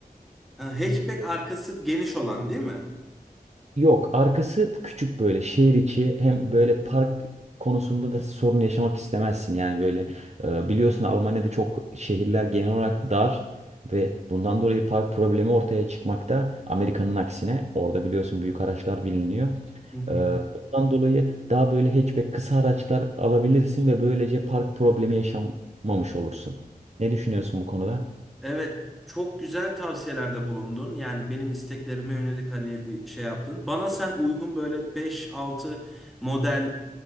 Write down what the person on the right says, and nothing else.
Yok, arkası küçük böyle şehir içi hem böyle park konusunda da sorun yaşamak istemezsin. Yani böyle e, biliyorsun Almanya'da çok şehirler genel olarak dar ve bundan dolayı park problemi ortaya çıkmakta. Amerika'nın aksine orada biliyorsun büyük araçlar biliniyor.
E, Bundan dolayı daha böyle hatchback kısa araçlar alabilirsin ve böylece park problemi yaşamamış olursun. Ne düşünüyorsun bu konuda?